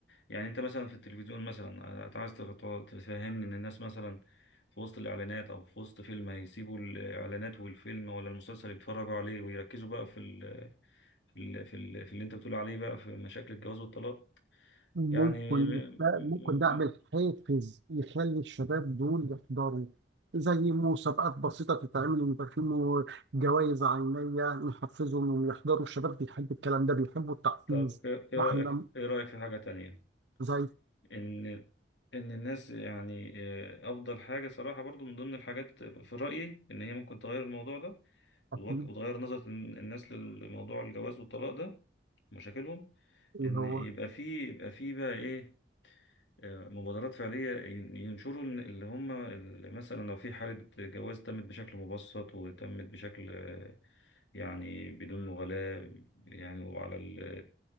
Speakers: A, on the left; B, on the right.
A: يعني انت مثلا في التلفزيون مثلا انت عايز تف- تفهمني ان الناس مثلا في وسط الاعلانات او في وسط فيلم هيسيبوا الاعلانات والفيلم ولا المسلسل اللي بيتفرجوا عليه ويركزوا بقى في ال في ال في, ال في اللي انت بتقول عليه بقى في مشاكل الجواز والطلاق
B: ممكن
A: يعني م-
B: يت-
A: م-
B: ممكن ده اعمل
A: م-
B: حافز يخلي الشباب دول يحضروا زي مسابقات بسيطة تتعمل ويبقى في مو- جوائز عينية نحفزهم إنهم يحضروا الشباب بيحب الكلام ده بيحبوا التحفيز
A: طب ايه إيه
B: واحنا
A: رأيك ايه رأيك في حاجة تانية
B: زي
A: ان ان الناس يعني آه، افضل حاجه صراحه برضو من ضمن الحاجات في رايي ان هي ممكن تغير الموضوع ده وتوج-
B: أكيد
A: وتغير نظره الن- الناس للموضوع الجواز والطلاق ده مشاكلهم
B: إيه
A: ان
B: هو
A: يبقى فيه يبقى فيه بقى ايه مبادرات فعلية ينشروا إن- اللي هم ال- مثلا لو في حالة جواز تمت بشكل مبسط وتمت بشكل آه، يعني بدون مغالاة يعني وعلى ال-